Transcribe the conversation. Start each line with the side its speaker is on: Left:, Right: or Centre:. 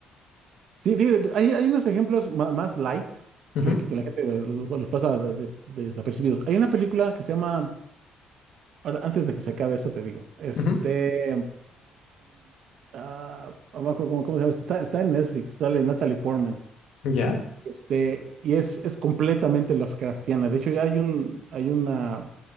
Right: Sí, fíjate, pues, hay, hay unos ejemplos ma- más, light
Left: Ujú,
Right: que, que- que la gente los, los pasa de- de- desapercibidos. Hay una película que se llama, ahora, antes de que se acabe esto te digo, este,
Left: ujú,
Right: am, ah, no me acuerdo cómo, cómo se llama, está, está en Netflix, sale Natalie Portman.
Left: ya.
Right: Este, y es, es completamente Lovecraftiana. De hecho, hay un, hay una